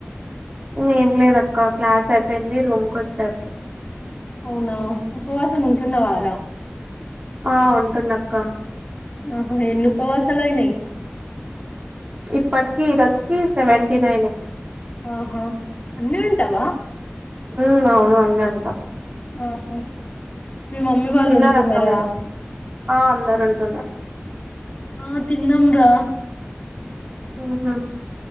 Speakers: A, on the right (about 35°); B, on the left (about 35°).
A: ఏం లేదు అక్క క్లాస్ అయిపోయింది రూమ్ కి వచ్చా ఇప్పుడు
B: అవునా ఉపవాసం ఉంటున్నావారా
A: ఆ ఉంటున్న క్కా
B: ఆహా ఎన్ని ఉపవాసాలైనయి
A: ఇప్పటికి ఇరోజకి సెవెంటీనైనే
B: ఆహా అన్నీ ఉంటవా
A: ఉమ్ అవును అన్నీ ఉంటా
B: ఆహా మీ మమ్మీ వాళ్ళు
A: తిన్నారా
B: ఉంటున్నారా
A: అక్క మీరు ఆ అందరు వండుతా
B: ఆ తిన్నంరా
A: ఆహా